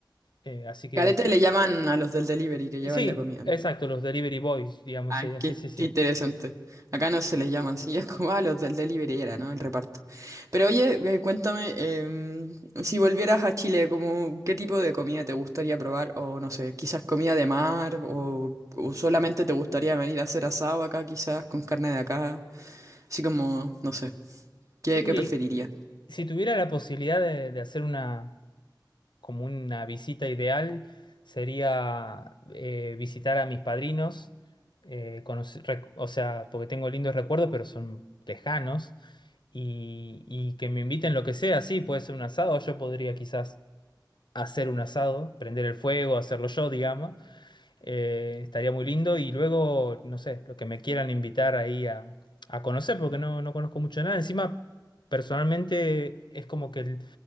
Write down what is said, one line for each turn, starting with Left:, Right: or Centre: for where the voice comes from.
Left: Eh, así que
Right: Carete le llaman a los del delivery que llevan
Left: sí,
Right: la comida.
Left: exacto, los delivery boys, digamos,
Right: Ah,
Left: sería,
Right: qué,
Left: sí, sí, sí.
Right: qué interesante. Acá no se les llama así, <laughs> es como a los del delivery era, ¿no? El reparto. Pero oye, eh, cuéntame, em, si volvieras a Chile, como, ¿qué tipo de comida te gustaría probar? O no sé, quizás comida de mar, o, o solamente te gustaría venir a hacer asado acá, quizás, con carne de acá. Así como, no sé, ¿qué,
Left: Y
Right: qué preferirías?
Left: Si tuviera la posibilidad de, de hacer una, como una visita ideal, sería eh, visitar a mis padrinos, eh, conocer- rec- o sea, porque tengo lindos recuerdos, pero son lejanos, y, y que me inviten lo que sea, sí, puede ser un asado, yo podría quizás hacer un asado, prender el fuego, hacerlo yo, digamos, eh, estaría muy lindo y luego, no sé, lo que me quieran invitar ahí a, a conocer, porque no, no conozco mucho de nada. Encima, personalmente, es como que el-